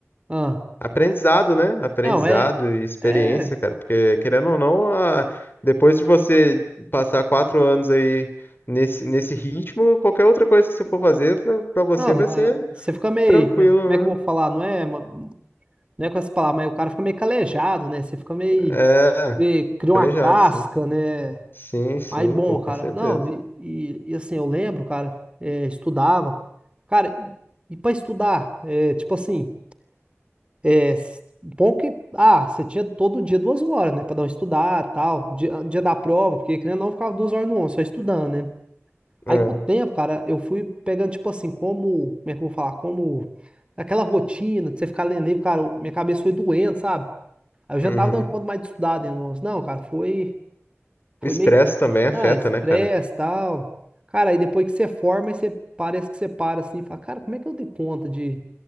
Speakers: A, on the right; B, on the left.
A: ah.
B: Aprendizado, né? Aprendizado
A: Não, é.
B: e experiência,
A: É.
B: cara, porque querendo ou não, a- depois de você passar quatro anos aí nesse, nesse ritmo, qualquer outra coisa que você for fazer pra pra você
A: Não,
B: vai ser
A: a- você fica meio.
B: tranquilo,
A: Como é, como é que eu vou
B: né?
A: falar? Não é, ma- não é com essa palavra, mas o cara fica meio calejado, né? Você fica meio.
B: É,
A: meio- cria
B: calejado,
A: uma casca,
B: sim.
A: né?
B: Sim, sim,
A: Mas bom,
B: pô,
A: cara.
B: com certeza.
A: Não, e, e- e assim, eu lembro, cara, é, estudava. Cara, e, e pra estudar? É, tipo assim, é, s- bom que. Ah, você tinha todo dia duas horas, né? Pra dar uma estudada e tal. Dia, dia da prova, porque querendo ou não, eu ficava duas horas no ônibus, só estudando, né? Aí
B: É,
A: com o tempo, cara, eu fui pegando, tipo assim, como, como é que eu vou falar? Como aquela rotina de você ficar lendo livro, cara, eu- minha cabeça foi doendo, sabe? Aí eu já
B: uhum.
A: não tava dando conta mais de estudar, né? Nossa, Não, cara, foi, foi
B: O estresse
A: meio,
B: também
A: não,
B: afeta,
A: estresse
B: né, cara?
A: e tal. Cara, aí depois que você forma, aí você parece que você para assim, e fala, cara, como é que eu dei conta de,